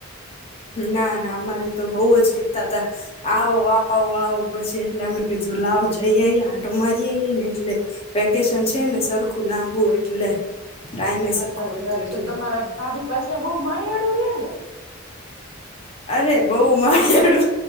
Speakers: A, on the left; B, on the right.
A: ના ના અમારે તો બહ જ કતા હતા આવો આવો આવો પછી એટલે અમે કીધું લાવ જઈએ આંટો મારી આવીઈએ ને એટલે વકેશન છે
B: હા
A: ને સરખું લાંબુું એટ એટલે ટાઈમે
B: હા
A: સરખો
B: સાચી
A: હતો
B: વાત
A: એટલે
B: છે તમારા ભાભી પાસે બહુ મય એળું રે ને
A: અરે બહ મારિયાળું